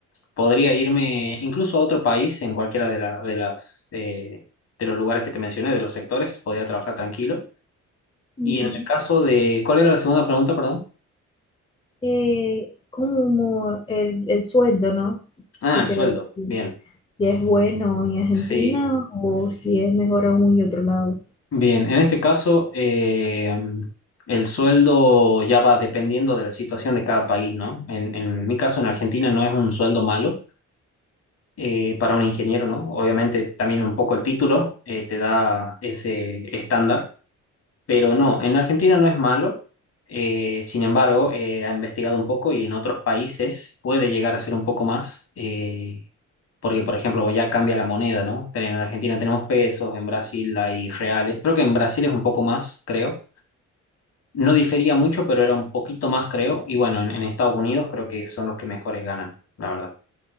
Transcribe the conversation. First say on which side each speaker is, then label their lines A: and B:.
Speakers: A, on the left; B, on the left.
A: podría irme incluso a otro país, en cualquiera de, la- de las, eh, de los lugares que te mencioné, de los sectores, podría trabajar tranquilo.
B: Ujú.
A: Y en el caso de, ¿cuál era la segunda pregunta, perdón?
B: Eh, como el, el sueldo, ¿no?
A: Ah,
B: Yo
A: el
B: quiero
A: sueldo.
B: decir,
A: Bien,
B: si es bueno en Argentina
A: sí.
B: o si es mejor aún y otro lado.
A: Bien, en este caso, eh, el sueldo ya va dependiendo de la situación de cada país, ¿no? En, en mi caso, en Argentina no es un sueldo malo eh, para un ingeniero, ¿no? Obviamente también un poco el título eh, te da ese estándar. Pero no, en Argentina no es malo. eh, sin embargo, eh, ha investigado un poco y en otros países puede llegar a ser un poco más. eh, porque, por ejemplo, pues ya cambia la moneda, ¿no? Ten- En Argentina tenemos pesos, en Brasil hay reales. Creo que en Brasil es un poco más, creo. No difería mucho, pero era un poquito más, creo. Y bueno, en, en Estados Unidos creo que son los que mejores ganan, la verdad.